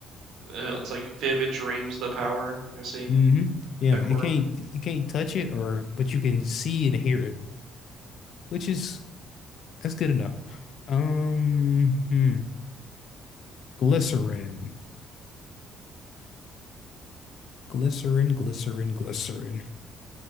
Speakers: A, on the right; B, on the left.
A: Uh, it's like vivid dreams the power. I see
B: hmm Yeah,
A: the
B: it
A: quirk.
B: can't you can't touch it or but you can see and hear it, which is that's good enough. Um, hmm. Glycerin. Glycerin, glycerin, glycerin.